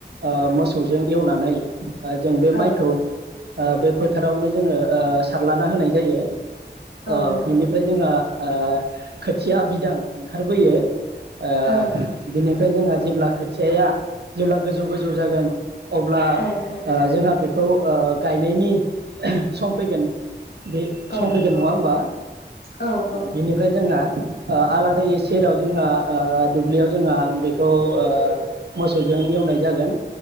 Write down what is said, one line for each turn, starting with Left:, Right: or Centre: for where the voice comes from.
Right: ओ मोसौजों एवनानै ओ जों बे
Left: औ
Right: माइ ओ बे फोथारावनो जोङो ओ सारलाना होनाय जायो
Left: औ
Right: ओ
Left: नंगौ
Right: बिनिफ्राय जोंहा ओ खोथिया बिदां ओंखारबोयो ओ
Left: औ
Right: बिनि फ्राय जोंहा जेब्ला खोथियाया जेब्ला गोजौ गोजौ जागोन अब्ला
Left: औ औ
Right: ओ जोंहा बे खौ ओ गायनायनि सम फैगोन बे
Left: औ
Right: समफैगोन
Left: नंगौ
Right: नङा होमबा
Left: औ औ
Right: बेनिफ्राय जोंहा ओ आलादायै सेराव जोंहा ओ दुब्लियाव जोंहा बेखौ ओ मोसौजों ओ एवनाय जागोन